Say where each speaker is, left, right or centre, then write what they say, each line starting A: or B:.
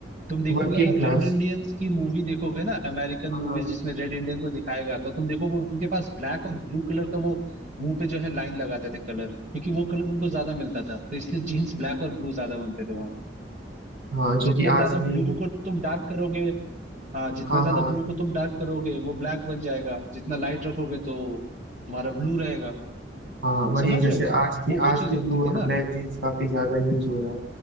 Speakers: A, on the right (about 45°); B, on the right (about 80°).
A: तुम देखोगे
B: Working
A: अगर
B: class
A: रेड इंडियंस की मूवी देखोगे ना अमेरिकन
B: हाँ
A: मूवीज जिसमें रेड इंडियन को दिखाएगा तो तुम देखोगे उनके पास ब्लैक और ब्लू कलर का वो मुंह पे जो है लाइन लगाते थे कलर क्योंकि वो कलर उनको ज्यादा मिलता था तो इसलिए जीन्स ब्लैक और ब्लू ज्यादा बनते थे वहाँ
B: हाँ जो
A: जितना
B: कि आज
A: ज्यादा
B: भी
A: ब्लू को तुम डार्क करोगे हाँ जितना
B: हाँ
A: ज्यादा
B: हाँ
A: ब्लू को तुम डार्क करोगे वो ब्लैक बन जाएगा जितना लाइट रखोगे तो तुम्हारा ब्लू रहेगा
B: हाँ वही
A: समझ
B: जैसे
A: रहे हो
B: आज भी
A: वो वो
B: आज
A: चीज
B: भी
A: होती
B: ब्लू
A: थी
B: और
A: ना
B: ब्लैक जीन्स काफी ज्यादा यूज हो रहा है